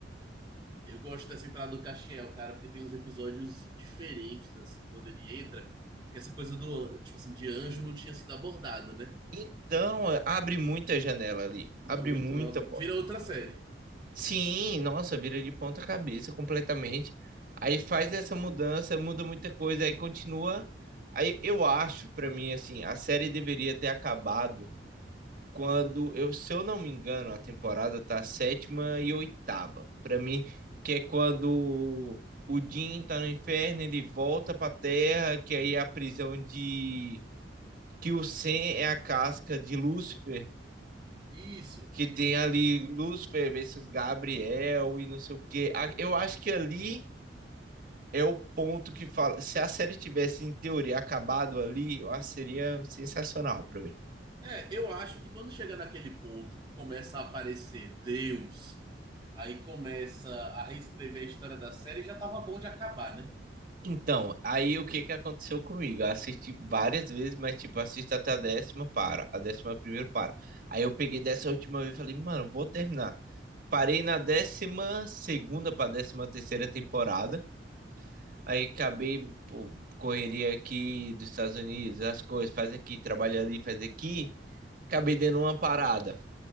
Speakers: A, on the right; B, on the right.
A: Eu gosto dessa entrada do Castiel, cara, porque tem uns episódios diferentes, assim, quando ele entra, que essa coisa do, an- tipo assim, de anjo não tinha sido abordada, né?
B: Então, abre muita janela ali.
A: Muito,
B: Abre muita
A: nossa.
B: porta.
A: Vira outra série.
B: Sim, nossa, vira de ponta cabeça completamente. Aí faz essa mudança, muda muita coisa, aí continua. Aí eu acho, pra mim, assim, a série deveria ter acabado quando eu, se eu não me engano, a temporada tá sétima e oitava. Pra mim, que é quando o Jim tá no inferno, ele volta pra Terra, que aí é a prisão de que o Sen é a casca de Lúcifer
A: Isso,
B: que
A: isso.
B: tem ali Lúcifer versus Gabriel e não sei o quê. A- Eu acho que ali é o ponto que fala. Se a série tivesse, em teoria, acabado ali, eu acho que seria sensacional pra mim.
A: É, eu acho que quando chega naquele ponto que começa a aparecer Deus, aí começa a reescrever a história da série, já tava bom de acabar, né?
B: Então, aí o que que aconteceu comigo? Eu assisti várias vezes, mas tipo, assisto até a décima, para. A décima primeira, para. Aí eu peguei dessa última vez e falei, mano, vou terminar. Parei na décima segunda pra décima terceira temporada. Aí acabei, pô, correria aqui dos Estados Unidos, as coisas, faz aqui, trabalha ali, faz aqui. Acabei dando uma parada.